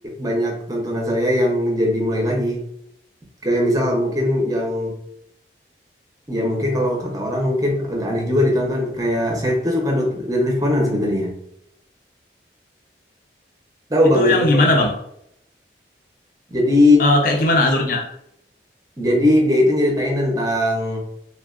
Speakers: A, on the right (about 20°); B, on the left (about 50°).
A: banyak tontonan saya yang jadi mulai lagi kayak misal mungkin yang ya mungkin kalau kata orang mungkin agak aneh juga ditonton kayak saya tuh suka dok- detektif Conan sebenarnya tahu
B: Itu
A: bang detektif
B: yang gimana,
A: Conan
B: Bang?
A: jadi
B: Eh, kayak gimana alurnya?
A: jadi dia itu nyeritain tentang